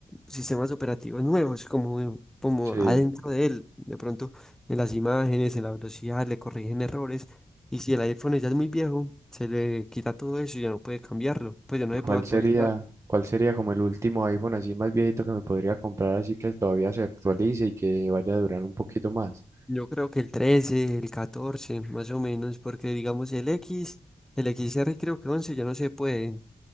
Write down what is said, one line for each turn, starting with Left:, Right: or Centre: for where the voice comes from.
Centre: sistemas operativos nuevos, como, como
Right: sí.
Centre: adentro de él. De pronto, en las imágenes, en la velocidad, le corrigen errores. Y si el iPhone ya es muy viejo, se le quita todo eso y ya no puede cambiarlo, pues ya no
Right: ¿Y
Centre: se
Right: cuál
Centre: puede actualizar.
Right: sería, cuál sería como el último iPhone así más viejito que me podría comprar así que todavía se actualice y que vaya a durar un poquito más?
Centre: Yo creo que el 13, el 14, más o menos, porque digamos el X, el XR creo que 11 ya no se pueden.